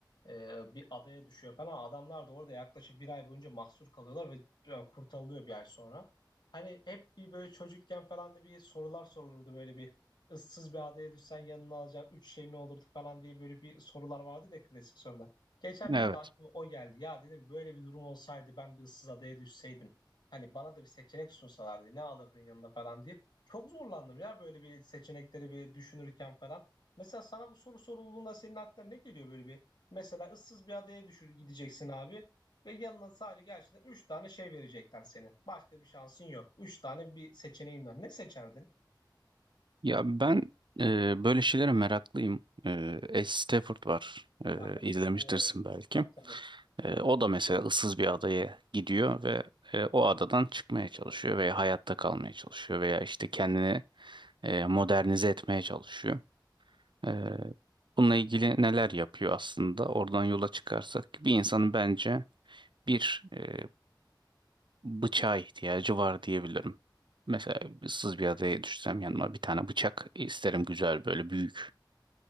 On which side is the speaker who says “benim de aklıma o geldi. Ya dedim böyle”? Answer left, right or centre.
Left